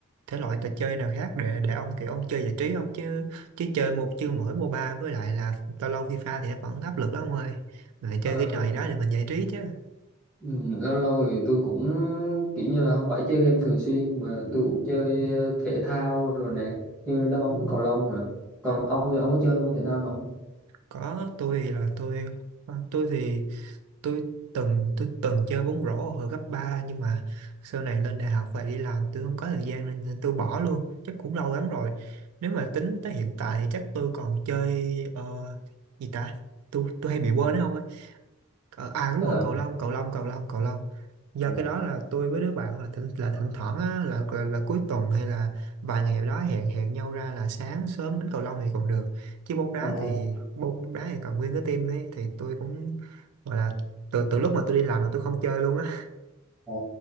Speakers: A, on the right; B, in the centre.
A: thể loại trò chơi nào khác để để ông kiểu ông chơi giải trí không chứ chứ chơi một chứ mỗi MOBA với lại là lâu lâu FIFA thì nó vẫn áp lực lắm ông ơi. Mình phải
B: mà
A: chơi cái trò gì đó để mình giải trí chứ.
B: Ừ, lâu lâu thì tôi cũng kiểu như là không phải chơi game thường xuyên mà tôi cũng chơi ờ, thể thao rồi nè như đá bóng
A: Ừ.
B: cầu lông rồi còn ông thì ông có chơi môn thể thao nào không
A: Có tôi là tôi ờ, tôi thì tôi từng tôi từng chơi bóng rổ hồi cấp ba nhưng mà sau này lên đại học và đi làm tôi không có thời gian nên, nên tôi bỏ luôn chắc cũng lâu lắm rồi nếu mà tính tới hiện tại chắc tôi còn chơi ờ, gì ta tôi tôi hay bị quên đấy không ơi Ờ, à đúng
B: Ờ,
A: rồi cầu lông cầu lông cầu lông cầu lông do
B: Ờ.
A: cái đó là tôi với đứa bạn là thỉnh là thỉnh thoảng á, là, là là cuối tuần hay là vài ngày đó hẹn hẹn nhau ra là sáng sớm đánh cầu lông thì còn được chứ bóng đá
B: à,
A: thì bóng đá thì còn nguyên cái team ấy thì tôi cũng gọi là từ từ lúc mà tôi đi làm là tôi không chơi luôn á
B: à.